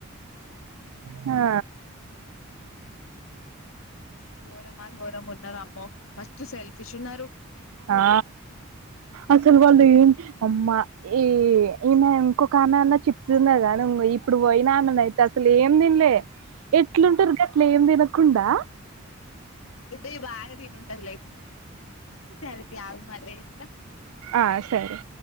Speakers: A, on the right; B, on the left.
A: హా
B: ఘోరమా ఘోరమున్నర్ అమ్మో మస్త్ సెల్ఫీష్ ఉన్నరు.
A: ఆ అసలు వాళ్ళు ఏం అమ్మా ఈ ఈమె ఇంకొక ఆమె అన్న చిప్స్ తిన్నదిగానే ఇగో ఇప్పుడు పోయినామె నైతే అసల్ ఏం తిన్లే ఎట్లుంటరు గట్లేం తినకుండా
B: రితి బాగా తినుంటదిలె సరేతి అగు మళ్ళ చేస్తా
A: ఆ సరే